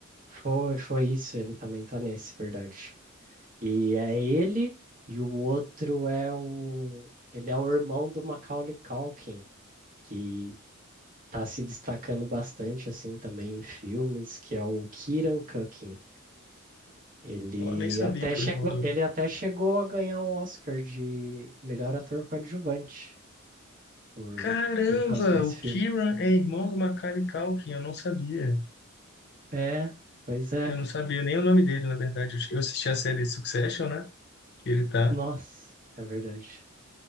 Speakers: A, on the right (about 40°); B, on the left (about 50°).
A: foi, foi isso. Ele também tá nesse, verdade. E é ele, e o outro é o... Ele é o irmão do Macaulay Culkin, que tá se destacando bastante assim também em filmes, que é o Kieran Culkin. Ele
B: Eu nem sabia
A: até
B: que
A: chegou,
B: o irmão do...
A: ele até chegou a ganhar o Oscar de melhor ator coadjuvante por,
B: Caramba,
A: por causa desse
B: o
A: filme.
B: Kieran é irmão do Macaulay Culkin, eu não sabia.
A: É, pois é.
B: Eu não sabia nem o nome dele, na verdade. Eu assisti a série Succession, né? Que ele tá.
A: Nossa, é verdade.